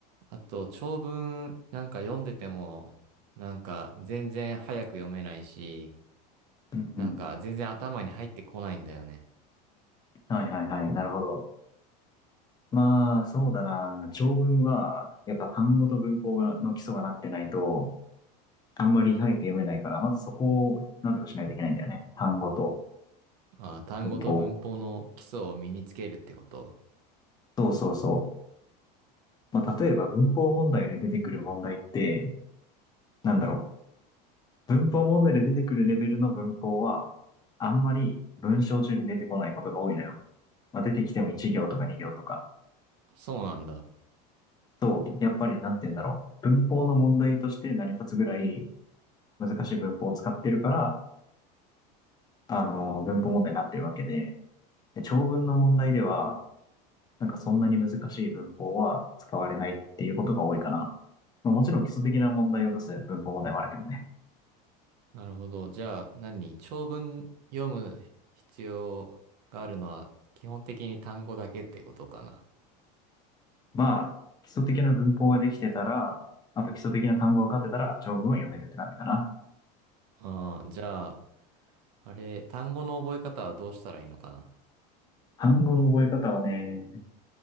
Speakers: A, on the right; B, on the left.
A: あと、長文なんか読んでても、なんか全然早く読めないし、
B: うんうん。
A: なんか全然頭に入ってこないんだよね。
B: はいはいはい。なるほど。まあ、そうだな。長文は、やっぱ単語と文法がの基礎がなってないと、あんまり早く読めないから、まずそこをなんとかしないといけないんだよね。単語と
A: ああ、単語と文法の基礎を身につけるってこと。
B: 文法。そうそうそう。まあ、例えば文法問題で出てくる問題って、なんだろう。文法問題で出てくるレベルの文法は、あんまり文章中で出てこないことが多いのよ。まあ、出てきても1行とか2行とか。
A: そうなんだ。
B: そう、やっぱりなんて言うんだろう。文法の問題として成り立つぐらい難しい文法を使ってるから、あの文法問題になってるわけで、で、長文の問題では、なんかそんなに難しい文法は使われないっていうことが多いかな。まあ、もちろん基礎的な問題を出す文法問題もあるけどね。
A: なるほど。じゃあ何長文読む必要があるのは基本的に単語だけってことかな。
B: まあ、基礎的な文法ができてたら、あと基礎的な単語が勝てたら、長文は読めるって感じかな。
A: ああ、じゃあ、あれ、単語の覚え方はどうしたらいいのかな。
B: 単語の覚え方はね、